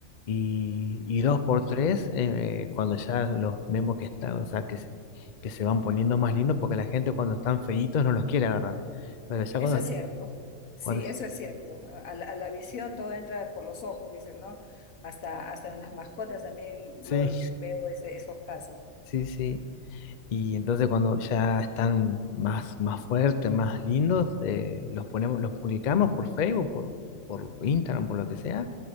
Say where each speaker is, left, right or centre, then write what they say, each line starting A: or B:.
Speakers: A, on the left (about 50°); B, on the left (about 80°).
A: y, y dos por tres eh, eh, cuando ya los vemos que están, o sea, que, se- que se van poniendo más lindos porque la gente cuando están feitos no los quiere agarrar. Pero ya
B: Eso
A: cuando,
B: es cierto, sí,
A: cuando
B: eso es cierto. A, a la, a la visión todo entra por los ojos, dicen, ¿no? Hasta, hasta en las mascotas también
A: sí,
B: lo, veo ese- esos casos.
A: sí, sí. Y entonces cuando ya están más, más fuertes, más lindos, eh, los ponemos, los publicamos por Facebook, por, por Instagram, por lo que sea,